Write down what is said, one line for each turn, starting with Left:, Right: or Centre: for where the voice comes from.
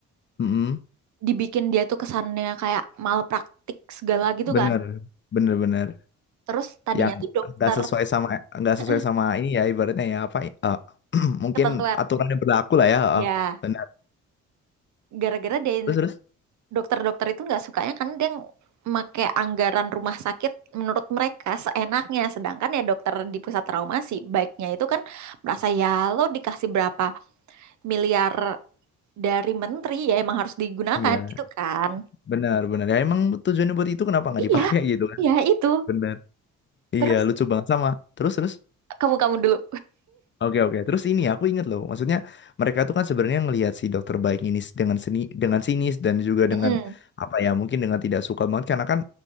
Left: Mm-mm.
Right: dibikin dia tuh kesannya kayak malpraktik segala gitu
Left: Bener,
Right: kan
Left: bener, bener.
Right: terus tadinya
Left: yang
Right: tuh dokter
Left: nggak sesuai sama nggak
Right: <laughs>
Left: sesuai sama ini ya ibaratnya ya apa eh, <clears throat> mungkin
Right: ketentuan
Left: aturan yang berlaku lah ya
Right: ya
Left: eh, benar
Right: gara-gara dia
Left: terus terus
Right: dokter-dokter itu nggak sukanya karena dia pakai anggaran rumah sakit menurut mereka seenaknya. Sedangkan ya dokter di pusat trauma sih baiknya itu kan merasa ya lo dikasih berapa miliar dari menteri ya emang harus digunakan
Left: iya
Right: gitu kan.
Left: benar benar ya emang tujuannya buat itu kenapa nggak
Right: Iya,
Left: dipakai gitu kan
Right: iya itu.
Left: benar iya
Right: Terus
Left: lucu banget sama terus terus
Right: kamu kamu dulu.
Left: Oke oke. Terus ini aku ingat loh, maksudnya mereka tuh kan sebenarnya ngelihat si dokter baik ini s- dengan seni dengan sinis dan juga
Right: Mm-mm.
Left: dengan apa ya mungkin dengan tidak suka banget karena kan